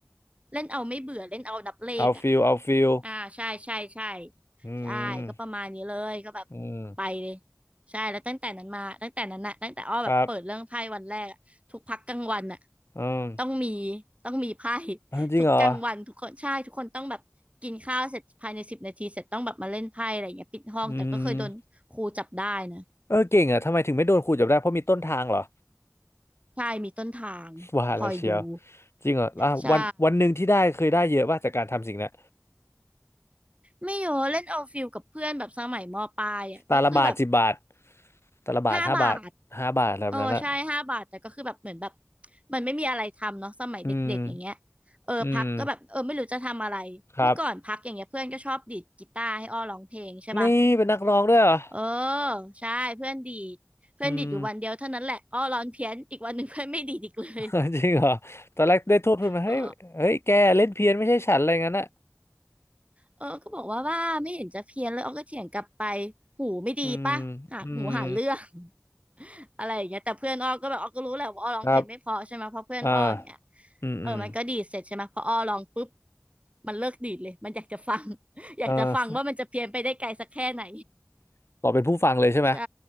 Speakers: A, on the right (about 25°); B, on the left (about 55°).
A: เล่นเอาไม่เบื่อเล่นเอานับเลขอ่ะ
B: เอาฟิลเอาฟิล
A: อ่าใช่ใช่ใช่
B: อืม
A: ใช่ก็ประมาณนี้เลยก็แบบไปเลย
B: อืม
A: ใช่แล้วตั้งแต่นั้นมาตั้งแต่นั้นน่ะตั้งแต่อ้อแบบเปิดเรื่องไพ่วันแรกอะทุกพักกลางวันน่ะ
B: ครับอืม
A: ต้องมีต้องมีไพ่
B: เอาจริงเหรอ
A: ทุกกลางวันทุกคนใช่ทุกคนต้องแบบกินข้าวเสร็จภายในสิบนาทีเสร็จต้องแบบมาเล่นไพ่อะไรอย่างเงี้ยปิดห้องแต่ก็เคยโดนครูจับได้นะ
B: อืมเออเก่งอ่ะทำไมถึงไม่โดนครูจับได้เพราะมีต้นทางเหรอ
A: ใช่มีต้นทางคอยดู
B: <laughs> ว่าแล้วเชียวจริงเหรออ่ะวันวันหนึ่งที่ได้เคยได้เยอะว่าจากการทำสิ่งนั้น
A: ใช่ไม่เยอะเล่นเอาฟิลกับเพื่อนแบบสมัยมปลายอ่ะก็คือแบบ
B: ตาละบาทสิบบาทตาละบาทห้าบาทห้าบาทอะไรแบบนั้นอ่ะ
A: ห้าบาทเออใช่ห้าบาทแต่ก็คือแบบเหมือนแบบมันไม่มีอะไรทำเนาะสมัยเด็กๆอย่างเงี้ย
B: อืม
A: เออพักก็แบบเออไม่รู้จะทำอะไรเมื่อก่อนพักอย่างเงี้ยเพื่อนก็ชอบดีดกีตาร์ให้อ้อร้องเพลงใช่ป่ะ
B: อืมครับนี่เป็นนักร้องด้วยเหรอ
A: เออใช่เพื่อนดีดเพื่อนดีดอยู่วันเดียวเท่านั้นแหละอ้อร้อนเพี้ยนอีกวันหนึ่งเพื่อนไม่ดีดอีกเลย
B: อืม <laughs> จริงเหรอตอนแรกได้โทษทุนมาเฮ้ยเฮ้ยแกเล่นเพี้ยนไม่ใช่ฉันอะไรงั้นอ่ะ
A: เออเออก็บอกว่าว่าไม่เห็นจะเพี้ยนเลยอ้อก็เถียงกลับไปหูไม่ดีปะหาหูหาเรื่อง
B: อืมอืม
A: <laughs> อะไรอย่างเงี้ยแต่เพื่อนอ้อก็แบบอ้อก็รู้แหละว่าอ้อร้องเพลงไม่เพอใช่ไหมเพราะเพื่อนอ้ออย่างเงี้ย
B: ครับอ่าอืมอืม
A: เออมันก็ดีดเสร็จใช่ไหมพออ้อร้องปุ๊บมันเลิกดีดเลยมันอยากจะฟัง <laughs> อยากจะฟังว่ามันจะเพี้ยนไปได้ไกลสักแค่ไหน
B: เออ <laughs> ต่อเป็นผู้ฟังเลยใช่ไหม
A: ใช่